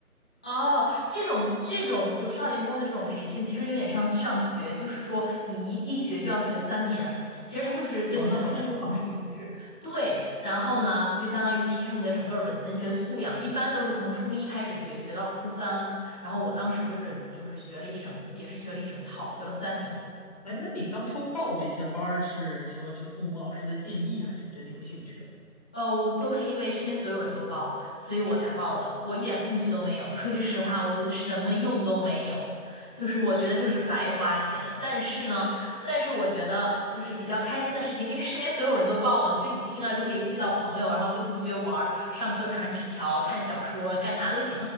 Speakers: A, in the centre; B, on the left (about 25°).
A: 哦，这种这种就是少年宫的这种培训，其实有点像上学，就是说你一一学就要学三年，其实它就是跟你的初中保持一致。
B: 啊。那好长啊。哦，
A: 对，然后呢，就相当于提升你的整个文文学素养，一般都是从初一开始学，学到初三。然后我当时就是就是学了一整，也是学了一整套，学了三年。
B: 哎，那你当初报这些班儿是说这父母老师的建议，还是你真的有兴趣啊？
A: 哦，都是因为身边所有人都报，所以我才报的。我一点兴趣都没有。说句实话，我觉得什么用都没有，就是我觉得就是白花钱。但是呢，但是我觉得就是比较开心的事情，因为身边所有人都报嘛，所以你去那儿就可以遇到朋友，然后跟同学玩儿、上课传纸条、看小说、干啥都行，